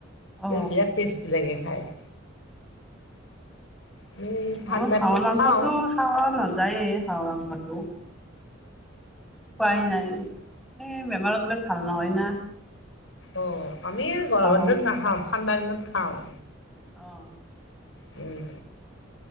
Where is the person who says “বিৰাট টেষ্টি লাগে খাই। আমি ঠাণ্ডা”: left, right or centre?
Left